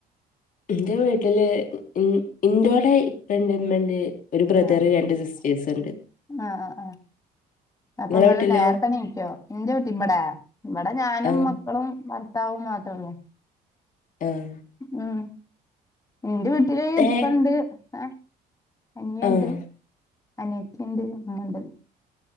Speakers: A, on the left (about 55°); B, on the left (about 20°).
A: ഇന്റെ വീട്ടില് മ്മ് ഇന്റൊടെ ഇപ്പണ്ട്മ്മണ്ട് ഒരു ബ്രദറ്
B: ആഹ്
A: രണ്ട് സിസ് റ്റേയ്സ്ണ്ട്
B: ആഹ് ആഹ് ആഹ് അപ്പൊങ്ങള്
A: വീട്ടിലോ
B: നേരത്തെണീക്കൊ ഇന്റെ വീട്ടീ ഇബടെ ഇവടെ ഞാനും
A: ആഹ്
B: മക്കളും ഭർത്താവും മാത്രൊള്ളൂ.
A: ആഹ്
B: ഉം ഇന്റെ വീട്ടില് ഇപ്പണ്ട്
A: ഏഹ്
B: ഏ അനിയണ്ട്
A: ആഹ്
B: അനിയത്തിണ്ട് ഇമ്മണ്ട്.